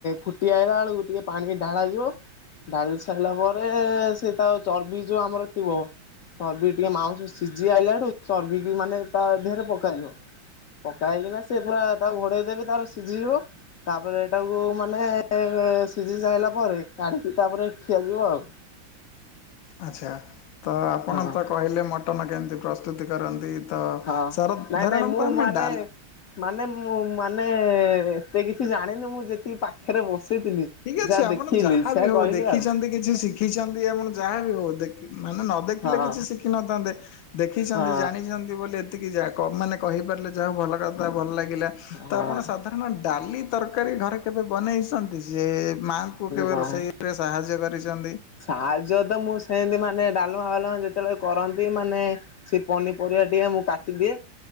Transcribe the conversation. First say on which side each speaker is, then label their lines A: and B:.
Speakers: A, on the left; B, on the left.
A: ଫୁଟି ଆଇଲା ବେଳକୁ ଟିକେ ପାଣି ଢାଳାଯିବ। ଢାଳି ସାରିଲା ପରେ ସେ ତା ଚର୍ବି ଯୋଉ ଆମର ଥିବ। ଚର୍ବି ଟିକେ ମାଉଁସ ସିଝି ଆଇଲାଠୁ ଚର୍ବି କି ମାନେ ତା ଦେହରେ ପକାଯିବ। ପକା ହେଇକିନା ସେ ପୁରା ତାକୁ ଘୋଡେଇ ଦେବେ ତାର ସିଝିବ। ତାପରେ ଏଟାକୁ ମାନେ ଏଁ ସିଝି ସାଇଲା ପରେ କାଢିକି ତାପରେ ଖିଆ ଯିବ ଆଉ।
B: ଆଚ୍ଛା ତ ଆପଣ
A: ହଁ।
B: ତ କହିଲେ ମଟନ କେମିତି ପ୍ରସ୍ତୁତି କରନ୍ତି। ତ
A: ହଁ
B: ସାର
A: ନାଇଁ
B: ଧାରଣା
A: ନାଇଁ ମୁଁ
B: ତ ଆମେ
A: ମାନେ
B: ଡା
A: ମାନେ ମୁଁ ମାନେ ଏତେ କିଛି ଜାଣିନି ମୁଁ ଯେତିକି ପାଖରେ ବସିଥିଲି।
B: ଠିକ୍ ଅଛି
A: ଯାହା
B: ଆପଣ
A: ଦେଖିଲି
B: ଯାହା
A: ସେଆ
B: ବିି ହଉ
A: କହିଲି
B: ଦେଖିଚନ୍ତି
A: ଆଉ
B: କିଛି ଶିଖିଚନ୍ତି ଆପଣ ଯାହାବି ହଉ ଦେଖି ମାନେ ନ ଦେଖିଲେ
A: ହଁ
B: କିଛି ଶିଖିନଥାନ୍ତେ ଦେଖିସନ୍ତି
A: ହଁ
B: ଜାଣିଚନ୍ତି ବୋଲି ଏ ଏତିକି ଯା କ ମାନେ କହିପାରିଲେ ଯାଉ ଭଲ କଥା ଭଲ ଲାଗିଲା ତ
A: ହଁ
B: ଆପଣ ସ ସାଧାରଣ ଡାଲି ତରକାରୀ ଘରେ କେବେ ବନେଇସନ୍ତି ଯେ ମାଆଙ୍କୁ କେବେ
A: ନାଇଁ
B: ରୋଷେଇ ରେ ସାହାଯ୍ୟ କରିଚନ୍ତି।
A: ସାହାଯ୍ୟ ତ ମୁଁ ସେନ୍ତି ମାନେ ଡାଲମା ଫାଲେମା ଯେତେବେଳେ କରନ୍ତି ମାନେ ସେ ପନିପରିବା ଦିଏ ମୁଁ କାଟିଦିଏ।